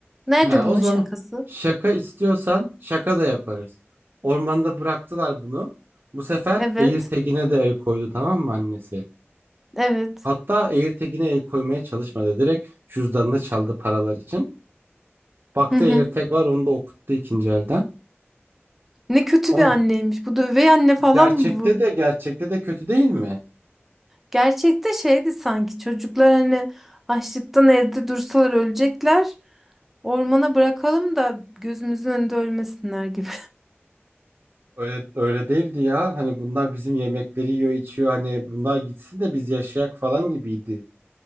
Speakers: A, in the centre; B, on the right.
A: Nerede
B: Ha,
A: bunun
B: o zaman
A: şakası?
B: şaka istiyorsan şaka da yaparız. Ormanda bıraktılar bunu. Bu sefer
A: Evet,
B: Eğirtegin'e de el koydu tamam mı annesi?
A: evet.
B: Hatta Eğirtegin'e el koymaya çalışmadı. Direkt cüzdanını çaldı paralar için. Baktı
A: Hı hı.
B: AirTag var onu da okuttu ikinci elden.
A: Ne kötü
B: O
A: bir anneymiş. Bu da üvey anne falan
B: gerçekte
A: mı bu?
B: de gerçekte de kötü değil mi?
A: Gerçekte şeydi sanki çocuklar hani açlıktan evde dursalar ölecekler. Ormana bırakalım da gözümüzün önünde ölmesinler gibi.
B: Öyle, öyle değildi ya. Hani bunlar bizim yemekleri yiyor, içiyor. Hani bunlar gitsin de biz yaşayak falan gibiydi.